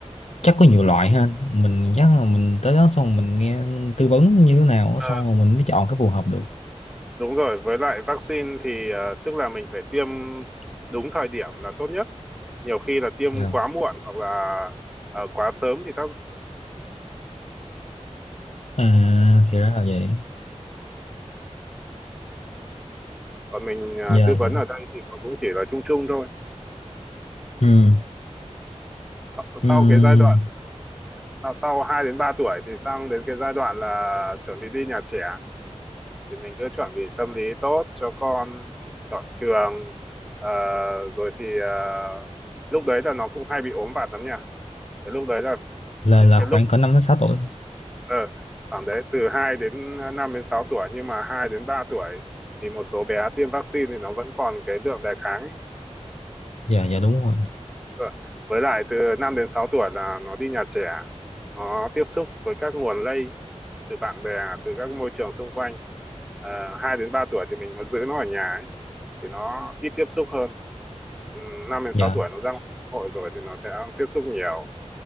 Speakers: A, on the left; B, in the centre.
A: chắc có nhiều loại ha mình chắc là mình tới đó xong mình nghe tư vấn như thế nào
B: Ờ,
A: xong rồi mình mới chọn cái phù hợp được
B: đúng rồi với lại vaccine thì à, tức là mình phải tiêm đúng thời điểm là tốt nhất nhiều khi là tiêm
A: dạ
B: quá muộn hoặc là ờ, quá sớm thì
A: à thì ra là vậy
B: còn mình à,
A: dạ
B: tư vấn
A: dạ
B: ở đây thì nó cũng chỉ là chung chung thôi
A: ừ
B: sau,
A: ừ
B: sau cái giai đoạn sau, sau 2 đến 3 tuổi thì sang đến cái giai đoạn là chuẩn bị đi nhà trẻ thì mình cứ chuẩn bị tâm lý tốt cho con chọn trường Ờ, rồi thì ờ, lúc đấy là nó cũng hay bị ốm vặt lắm nha cái lúc đấy là
A: là
B: những
A: là
B: cái
A: khoảng
B: lúc
A: cỡ năm đến sáu tuổi
B: ờ, khoảng đấy từ 2 đến 5 đến 6 tuổi nhưng mà 2 đến 3 tuổi thì một số bé tiêm vaccine thì nó vẫn còn cái lượng đề kháng ấy.
A: dạ dạ đúng rồi
B: Rồi. Với lại từ 5 đến 6 tuổi là nó đi nhà trẻ, nó tiếp xúc với các nguồn lây từ bạn bè, từ các môi trường xung quanh. À, 2 đến 3 tuổi thì mình vẫn giữ nó ở nhà ấy, thì nó ít tiếp xúc hơn. Ừ, 5 đến
A: dạ
B: 6 tuổi nó ra xã hội rồi thì nó sẽ tiếp xúc nhiều.